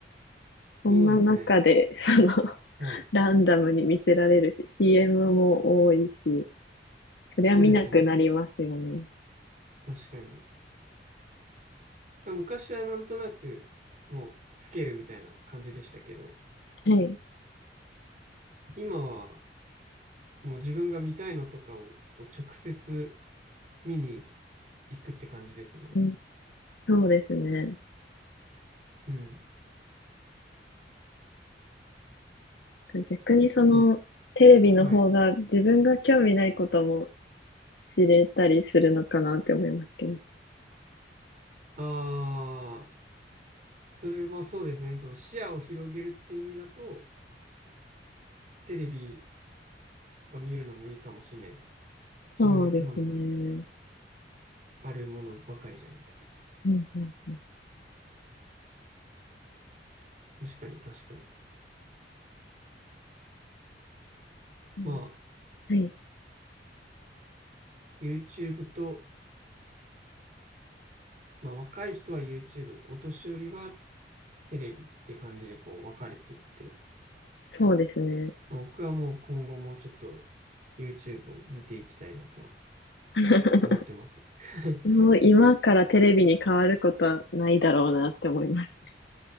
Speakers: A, on the left; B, on the right.
A: そんな中で、
B: そうですね。
A: <laughs> その、<laughs>
B: はい。
A: ランダムに見せられるし、CM も多いし、そりゃ見なくなりますよね。
B: そうですね。確かに。昔はなんとなく、もう、つけるみたいな感じでしたけど、
A: はい。
B: 今は、もう自分が見たいのとかをこう直接見に行くって感じですもんね。
A: うん、そうですね。
B: うん。
A: 逆にその、
B: ま
A: テレビの方が自分が興味ないことも
B: あ、はい。
A: 知れたりするのかなって思いますけど。
B: ああ、それもそうですね。その視野を広げるって意味だと、テレビは見るのもいいかもしれないですね。自分の興味の
A: そうですね。
B: あるものばかりじゃなくて。
A: うんうんうん
B: 確かに確かに。
A: うん。
B: まあ、
A: はい。
B: YouTube と、まあ若い人は YouTube、お年寄りはテレビって感じでこう分かれてって、
A: そうですね。
B: まあ僕はもう今後もちょっと YouTube を見ていきたいなとは
A: <laughs>
B: 思ってます。<laughs>
A: もう今からテレビに変わることはないだろうなって思いますね。